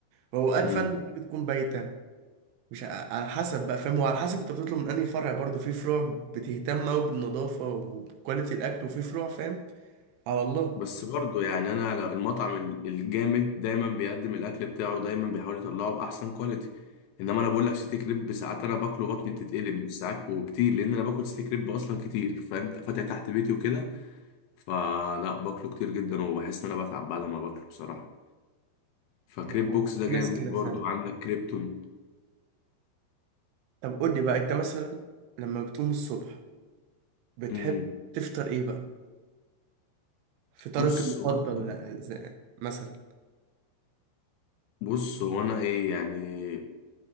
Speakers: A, on the right (about 75°); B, on the left (about 75°).
A: واوقات
B: إمم.
A: فعلا الحاجه تكون بايته مش ع- على حسب بقى فاهم وعلى حسب انت بتطلب من انهي فرع برضو في فروع بتهتم قوي بالنظافه وبكواليتي الاكل وفي فروع فاهم على الله
B: بس برضه يعني انا لو المطعم ال- الجامد دايما بيقدم الاكل بتاعه دايما بيحاول يطلعه باحسن كواليتي انما انا بقول لك سيتي كريب ساعات انا باكله بطني بتتقلب مش ساعات وكتير لان انا باكل سيتي كريب اصلا كتير فاهم فاتح تحت بيتي وكده فلا باكله كتير جدا وبحس ان انا بتعب بعد ما باكله بصراحه فكريب
A: ما- آه،
B: بوكس ده
A: في
B: جامد
A: ناس كده
B: برضه
A: فعلا
B: عندك كريبتون
A: طب قول لي بقى انت مثلا لما بتقوم الصبح بتحب
B: امم
A: تفطر ايه بقى فطارك
B: بص
A: المفضل
B: هو انا
A: لا- زي- مثلا
B: بص هو انا ايه يعني